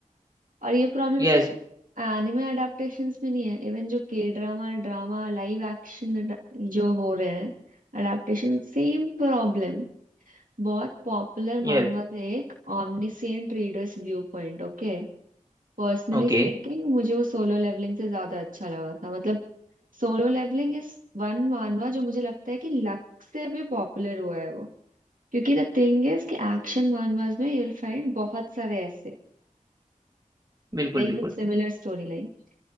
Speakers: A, on the right (about 80°); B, on the right (about 30°).
A: और ये प्रॉब्लम
B: यस
A: सिर्फ एनिमे अडाप्टेशंस में नहीं है इवन जो K drama drama live action जो हो रहे हैं अडाप्टेशन सेम प्रॉब्लम बहुत पॉपुलर मानवा
B: यस
A: था एक omniscient readers view point Okay personally
B: ओके
A: speaking मुझे वो सोलो लेवलिंग से ज्यादा अच्छा लगा था मतलब solo leveling is one manhwa जो मुझे लगता है कि लक से भी पॉपुलर हुआ है वो क्योंकि द थिंग इज कि एक्शन मानवास में यू विल फाइंड बहुत सारे ऐसे
B: बिल्कुल
A: like
B: बिल्कुल
A: with similar story line